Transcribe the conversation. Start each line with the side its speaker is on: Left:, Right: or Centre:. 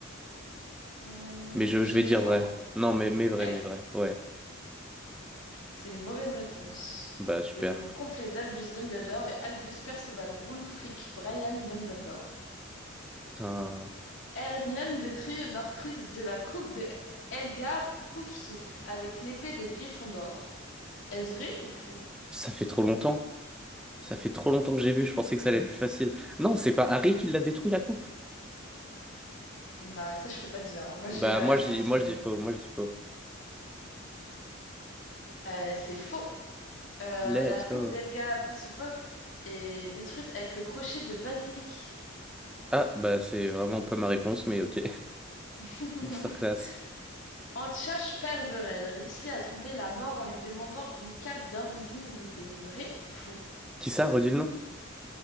Left: Hmm,
Centre: Mais je,
Left: je
Centre: je vais
Left: mets
Centre: dire
Left: faux,
Centre: vrai. Non, mais, mais
Left: vrai?
Centre: vrai, mais vrai. Ouais.
Left: C'est une mauvaise réponse.
Centre: Bah super.
Left: Le nom complet d'Albus Dumbledore est Albus Perceval Wulfric Brian Dumbledore.
Centre: Putain,
Left: Hermione détruit l'Orcrux de la coupe de Helga Poufsouffle avec l'épée de Gryffondor. Est-ce vrai ou faux?
Centre: ça fait trop longtemps. Ça fait trop longtemps que j'ai vu, je pensais que ça allait être plus facile. Non, c'est pas Harry qui l'a détruit la coupe.
Left: Bah ça je peux pas te dire. hein. Moi j'ai
Centre: Bah
Left: la
Centre: moi
Left: réponse.
Centre: je dis moi
Left: euh,
Centre: je dis faux, moi je dis faux.
Left: Euh, c'est faux. Euh,
Centre: Let's
Left: la coupe
Centre: go.
Left: d'Elga Poussufov est détruite avec le crochet de basilic.
Centre: Ah bah c'est vraiment pas ma réponse mais OK.
Left: <laughs>
Centre: <laughs> Masterclass.
Left: Antioche Perverel réussit à tromper la mort en lui demandant une cape d'invisibilité. Vrai ou faux?
Centre: Qui ça, redis le nom?